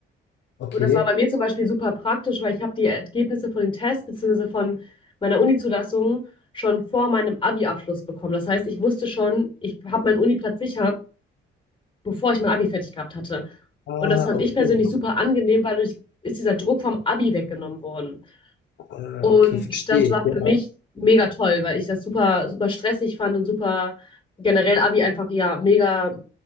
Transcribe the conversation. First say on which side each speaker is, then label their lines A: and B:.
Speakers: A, on the left; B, on the left.
A: okay.
B: Und das war bei mir zum Beispiel super praktisch, weil ich habe die Ergebnisse von dem Test beziehungsweise von meiner Uni-Zulassung schon vor meinem Abi-Abschluss bekommen. Das heißt, ich wusste schon, ich habe meinen Uni-Platz sicher, bevor ich mein Abi fertig gehabt hatte.
A: Ah,
B: Und das fand
A: okay.
B: ich persönlich super angenehm, weil dadurch ist dieser Druck vom Abi weggenommen worden.
A: Ah,
B: Und
A: okay, verstehe
B: das war
A: Ja,
B: für mich mega toll, weil ich das super, super stressig fand und super generell Abi einfach, ja, mega,